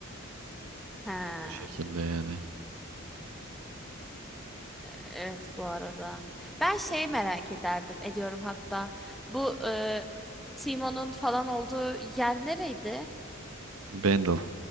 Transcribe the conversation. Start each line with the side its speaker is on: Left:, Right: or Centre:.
Centre: Ha,
Right: O şekilde yani.
Centre: evet bu arada. Ben şeyi merak ederdim ediyorum hatta. Bu e, Teemo'nun falan olduğu yer nereydi?
Right: Bendel,